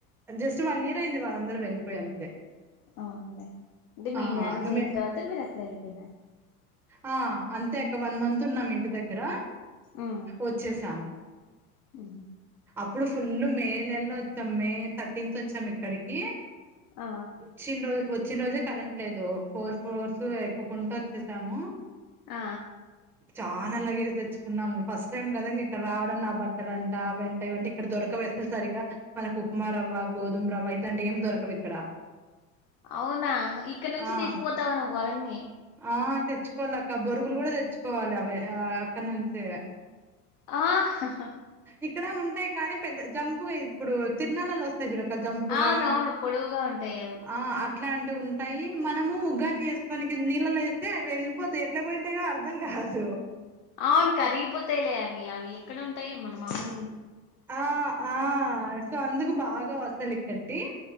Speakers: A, in the centre; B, on the left (about 80°).
A: జస్ట్ వన్ ఇయర్ అయింది వాళ్ళందరు వెళ్ళిపోయి అంతే
B: అవునులే అంటే మీ
A: ఆ
B: మ్యారేజ్
A: ఇంగ
B: అయిన
A: మే
B: తర్వాత మీరు అక్కడ వెళ్ళిపోయినర్
A: హ అంతే అక్క వన్ మంత్ ఉన్నాం ఇంటి దగ్గర
B: ఆ
A: వచ్చేసాము
B: <inaudible> ఉహ్
A: అప్పుడు ఫుల్ మే నెలలో వచ్చాం మే థర్టీన్త్ వచ్చాం ఇక్కడికి
B: ఆ
A: చ్చిన రోజ వచ్చిన రోజే కరెంట్ లేదు ఫోర్ ఫ్లోర్స్ ఎక్కుకుంటా ఒచ్చేసాము
B: ఆ
A: చానా లగేజ్ తెచ్చుకున్నాము ఫస్ట్ టైమ్ కద ఇక్కడ రావడం నా బట్టలు ట ఇవంట ఇక్కడ దొరకవ్ అసల్ సరిగా మనక్ ఉప్మా రవ్వ గోధుమ రవ్వ ఇట్లాంటి ఏం దొరకవు ఇక్కడ
B: అవునా ఇక్కడ నుంచి
A: ఆ
B: తీసుకుపోతావు నువ్వు అవన్నీ
A: ఆ తెచ్చుకోవాలక్క బొరుగులు కూడా తెచ్చుకోవాలి అవి ఆ అక్కడ్నుంచి
B: ఆ <unintelligible>
A: ఇక్కడ ఉంటాయి కానీ పెద్ద జంపుగా ఇప్పుడు తిర్నలలో వస్తాయి స్తాయి జుడక్క జంపుగా
B: అవునవును పొడువుగా ఉంటాయి అవి
A: ఆ ఇట్లాంటివి ఉంటాయి మనము ఉగ్గాని చేస్కోనికి నీళ్ళలేస్తే అవి వెళ్ళిపోతాయి ఎట్లా బోయింటయో అర్ధం కాదు
B: అవ్ను కర్గిపోతాయిలే అవి అవి ఎక్కడ ఉంటాయి మన మామూల్
A: ఆ ఆ సో అందుకు బాగా వస్తులిక్కట్కీ